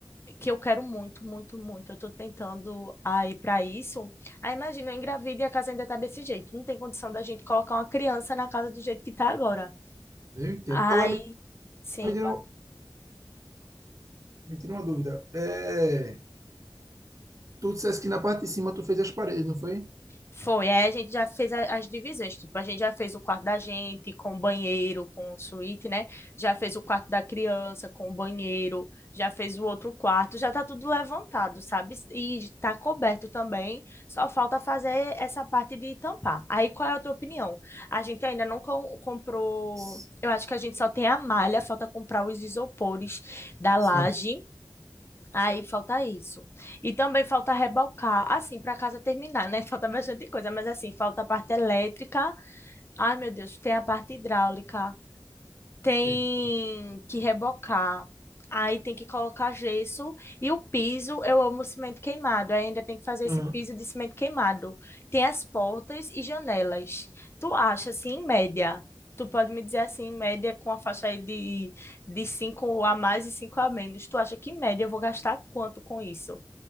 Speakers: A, on the left; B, on the right.
A: que eu quero muito, muito, muito. Eu tô tentando aí para isso. Aí imagina, eu engravido e a casa ainda tá desse jeito. Não tem condição da gente colocar uma criança na casa do jeito que tá agora.
B: eu entendo.
A: Aí,
B: Agora me,
A: sim,
B: me tira, me tira uma dúvida. É, tu disseste que na parte de cima tu fez as paredes, não foi?
A: Foi, aí a gente já fez a- as divisões, tipo, a gente já fez o quarto da gente com banheiro, com suíte, né? Já fez o quarto da criança com banheiro, já fez o outro quarto, já tá tudo levantado, sabe? E tá coberto também, só falta fazer essa parte de tampar. Aí qual é a tua opinião? A gente ainda não com- comprou,
B: S-
A: eu acho que a gente só tem a malha, falta comprar os isopores da laje.
B: Sim.
A: Aí falta isso. E também falta rebocar, assim, para casa terminar, né? <laughs> Falta bastante coisa, mas assim, falta a parte elétrica. Ai, meu Deus, tem a parte hidráulica tem
B: Eita.
A: que rebocar. Aí tem que colocar gesso e o piso, eu amo cimento queimado. Aí ainda tem que fazer esse
B: Aham.
A: piso de cimento queimado. Tem as portas e janelas. Tu acha assim, em média? Tu pode me dizer assim, em média, com a faixa aí de, de 5 a mais e 5 a menos. Tu acha que em média eu vou gastar quanto com isso?